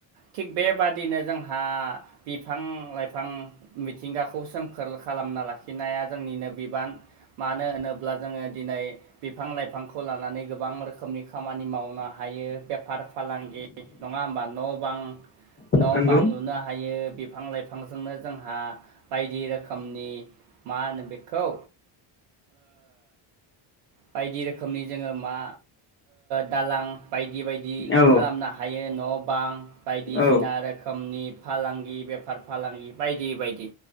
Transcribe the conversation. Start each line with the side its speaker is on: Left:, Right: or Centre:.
Right: थिग बेबादिनो जों बिफां लाइफां मिथिंगाखौ सोमखोर खालामना लाखिनाया जों आनो बिबान मानो होनोब जो दिनै बिफां लाइफां खौ लानानै गोबां रोखोमनि खामानि मावनो हायो बेफार फालांगि नंङा होमबा न' बां न'
Left: नंगौ
Right: बां लुनो हायो बिफां लाइफां बिफांजोंनो जोंहा बायदि रोखोमनि मा होनो बेखौ बायदि रोखोमनि जोंङो मा दालां बायदि बायदि
Left: औ
Right: खालामनो हायो न' बां बायदिसिना
Left: औ
Right: रोखोमनि फालांगि बेफार फालांगि बायदि बायदि